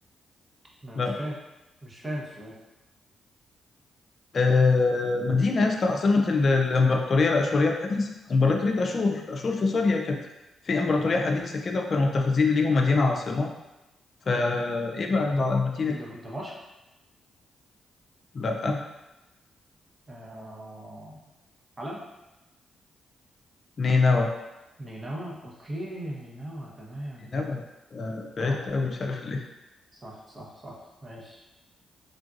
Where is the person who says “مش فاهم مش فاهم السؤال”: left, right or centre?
Right